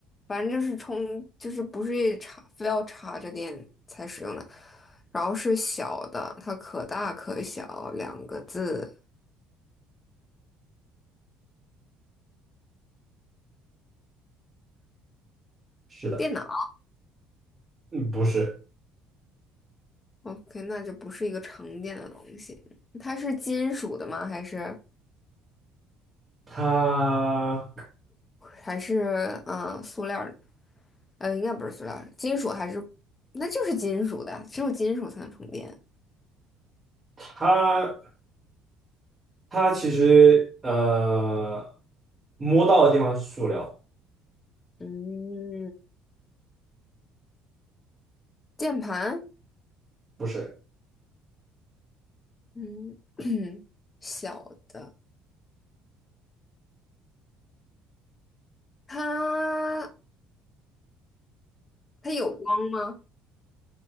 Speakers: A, on the left; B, on the right.
A: 反正就是充，就是不是插，非要插着电才使用的。然后是小的，它可大可小，两个字。
B: 是的，
A: 电脑
B: 嗯，不是，
A: ，OK，那就不是一个常见的东西。它是金属的吗？还是
B: 它
A: 还是嗯、呃塑料的？呃，应该不是塑料金属还是？那就是金属的，只有金属才能充电。
B: 它它其实呃摸到的地方是塑料，
A: 嗯，键盘，
B: 不是，
A: 嗯，<clears throat> 小的，它它有光吗？